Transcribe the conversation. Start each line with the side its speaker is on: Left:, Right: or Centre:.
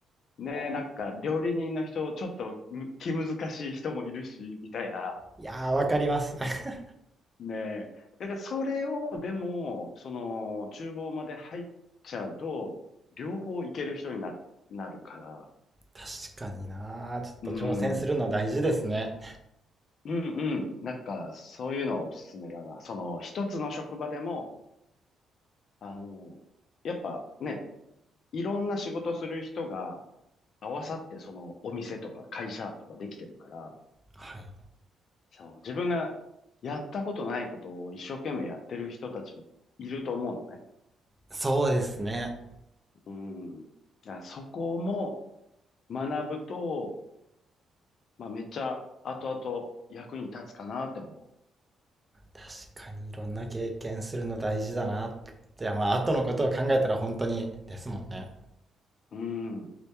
Left: ねえ、なんか料理人の人、ちょっとむ気難しい人もいるし、みたいな。
Right: いやー、わかります。<laughs>
Left: ねえ。だからそれを、でも、その、厨房まで入っちゃうと、両方いける人にな、なるから。
Right: 確かになー。ちょっと挑戦するの大事ですね。
Left: うん。うんうん。なんか、そういうのはおすすめだな。その、一つの職場でも、あの、やっぱね、いろんな仕事する人が合わさって、その、お店とか会社とかできてるから、
Right: はい。
Left: そう、自分がやったことないことを一生懸命やってる人たちもいると思うのね。
Right: そうですね。
Left: うん。だからそこも学ぶと、まあ、めっちゃ後々役に立つかなって思
Right: 確かにいろんな経験するの大事だなって。や、まあ、後のことを考えたら本当にですもんね。
Left: う。うん。